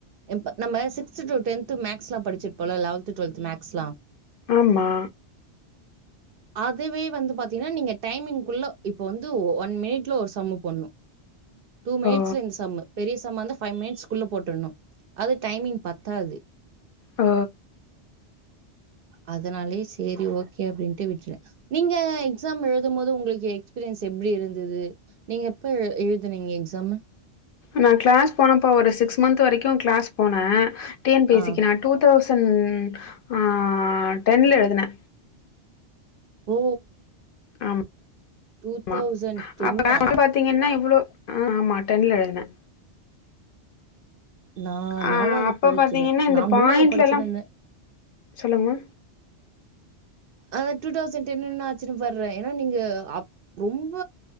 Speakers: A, on the right; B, on the left.
A: இப்ப நம்ம சிக்ஸ்து டூ டென்து மேக்ஸ்லாம் படிச்சு இருப்போன்ல லெவன்த் டூவெல்த் மேக்ஸ்லாம்
B: ஆமா
A: அதுவே வந்து பாத்தீங்கன்னா நீங்க டைமிங்க்குள்ள இப்ப வந்து ஒன் மினிட்ல ஒரு சம்மு போன்னும் டூ மேட்
B: ஓ
A: சிலே இந்த சம்மு பெரிய சம்மு வந்து ஃபைவ் மினிட்ஸ் குள்ள போட்டுணும் அது டைமிங் பத்தாது
B: ஹ
A: அதுனாலே சேரி ஓ கே அப்படின்ட்டு விட்டுறேன் நீங்க எக்ஸாம் எழுதும் போது உங்களுக்கு எக்ஸ்பீரியன்ஸ் எப்படி இருந்தது நீங்க எப்ப எழுதுனிங்க எக்ஸாமு
B: நான் கிளாஸ் போனப்ப ஒரு சிக்ஸ் மந்த் வரைக்கும் கிளாஸ் போன டி என் பிசிக்கு
A: ஆ
B: நா டூ தௌசண் ன் ஆ டென்ல எழுதுனே
A: ஓ
B: ஆம்
A: டூ
B: ஆமா
A: தௌசண்ட் டென்னா
B: அப்ப <inaudible> பாத்தீங்கின்னா இவ்வளோ ஆமா டென்ல எழுதுனே
A: நான்
B: அஹ
A: நாலாவது
B: அப்ப
A: படிச்சிருந்தேன்
B: பாத்தீங்கின்னா இந்த
A: நான்
B: பாயிண்ட்ல
A: மூணாவது படிச்சிருந்தேன்
B: எல்லாம் சொல்லுங்கமா
A: ஆ டூ தௌசண்ட் டென்னுனா ஆச்சிற படுறேன் ஏன்னா நீங்க ரொம்ப